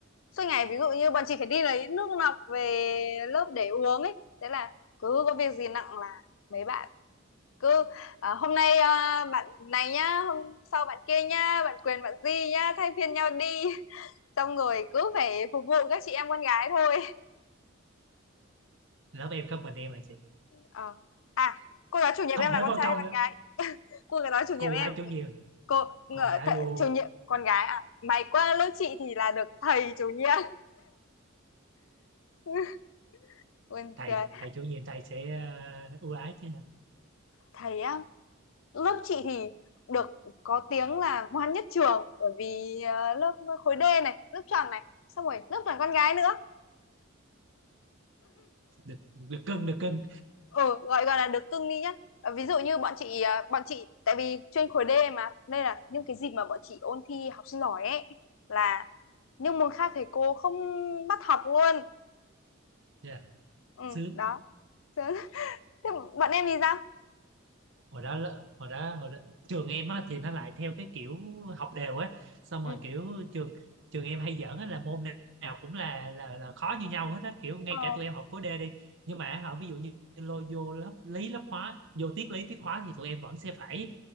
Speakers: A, on the left; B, on the right.
A: suốt ngày ví dụ như bọn chị phải đi lấy nước lọc về lớp để uống ấy thế là cứ có việc gì nặng là mấy bạn cứ à, hôm nay à, bạn này nhá hôm sau bạn kia nhá bạn Quyền bạn Di nhá thay phiên nhau đi <laughs> xong rồi cứ phải phục vụ các chị em con gái thôi
B: lớp em có mình em mà chị
A: Ờ. à cô giáo chủ nhiệm
B: không
A: em là
B: phải
A: con
B: phân
A: trai
B: công
A: hay con
B: nữa
A: gái cô giáo chủ nhiệm
B: cô
A: em
B: gái chủ nhiệm
A: cô
B: con gái
A: th
B: luôn
A: chủ nhiệm con gái à mày qua lớp chị thì là được thầy chủ nhiệm <laughs> buồn
B: thầy
A: cười
B: thầy chủ nhiệm thầy sẽ ờ, ưu ái chứ
A: thầy á lớp chị thì được có tiếng là ngoan nhất trường bởi vì ờ, lớp khối D này lớp tròn này xong rồi lớp toàn con gái nữa
B: được được cưng được cưng
A: ừ gọi gọi là được cưng đi nhá Ờ, ví dụ như bọn chị ờ, bọn chị tại vì chuyên khối D mà nên là những cái dịp mà bọn chị ôn thi học sinh giỏi ấy là những môn khác thầy cô không bắt học luôn
B: dạ
A: ừ
B: sướng
A: đó <laughs> thế thế bọn em thì sao
B: hồi đó là- hồi đó hồi đó trường em á thì nó lại theo cái kiểu học đều á xong
A: ừ.
B: rồi kiểu trường trường em hay giỡn á là môn nào cũng là là, là khó như nhau hết á kiểu ngay
A: Ờ,
B: cả tụi em học khối D đi nhưng mà họ ví dụ như lôi vô lớp lý lớp hóa vô tiết lý tiết hóa thì tụi em vẫn sẽ phải